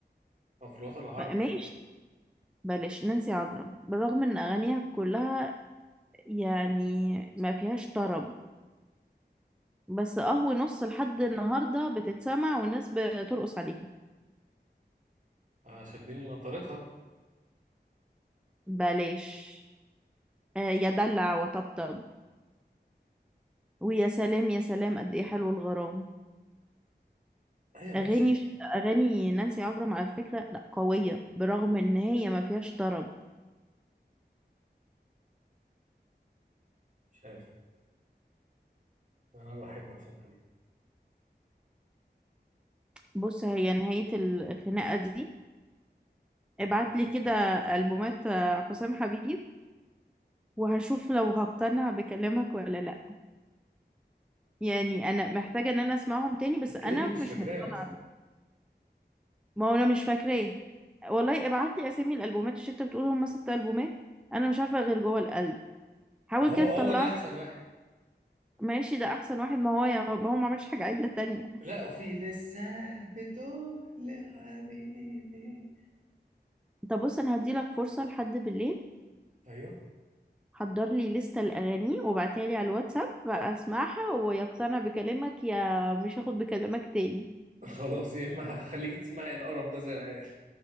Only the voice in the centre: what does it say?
ماشي
بلاش نانسي عجرم بالرغم ان اغانيها كلها يعني ما فيهاش طرب بس قهوة نص لحد النهارده بتتسمع والناس بترقص عليها
بلاش آه يا دلع وطبطب ويا سلام يا سلام قد ايه حلو الغرام
اغاني
اغاني نانسي عجرم على فكره لا قويه برغم ان هي ما فيهاش طرب
بص هي نهايه الخناقه دي ابعت لي كده ألبومات آه، حسام حبيب وهشوف لو هقتنع بكلامك ولا لا يعني انا محتاجة ان انا اسمعهم تاني بس
انا
مش
مقتنعة
بيهم. ما هو انا مش فاكراه والله ابعت لي اسامي الالبومات مش انت بتقول هم ست البومات انا مش عارفة غير جوه القلب حاول
كده تطلعني
ماشي ده احسن واحد ما هو يا ما هو ما عملش حاجة عدلة تانية
طب بص انا هديلك فرصة لحد بالليل
حضر لي لستة الأغاني وبعتها لي على الواتساب بقى أسمعها ويقتنع بكلامك يا مش هاخد بكلامك تاني